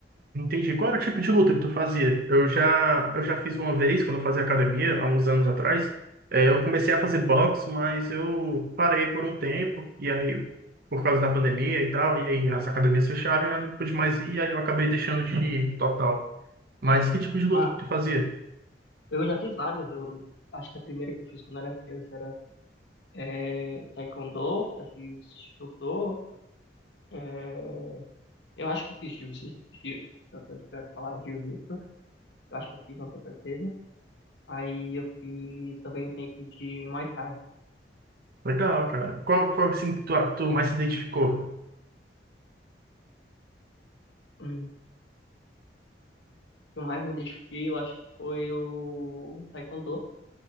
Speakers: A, on the right (about 60°); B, on the left (about 80°).
A: Entendi. Qual era o tipo de luta que tu fazia? Eu já, eu já fiz uma vez, quando eu fazia academia, há uns anos atrás. É, eu comecei a fazer boxe, mas eu parei por um tempo, e aí, por causa da pandemia e tal, e aí as academias fecharam, eu não pude mais ir, e aí eu acabei deixando de ir total. Mas que tipo de luta
B: Ah,
A: que tu fazia?
B: eu já fiz várias. Eu acho que a primeira que eu fiz quando era criança era é, taekwondo, já fiz judô. É, Eu acho que eu fiz jiu-jitsu. jiu- Eu tenho dificuldade de falar jiu-jitsu. Eu acho que eu fiz, não tenho certeza. Aí eu fiz também um tempo de Muay Thai.
A: Legal, cara. Qual foi assim que tu, tu mais se identificou?
B: Hum. O que eu mais me identifiquei, eu acho que foi o Taekwondo.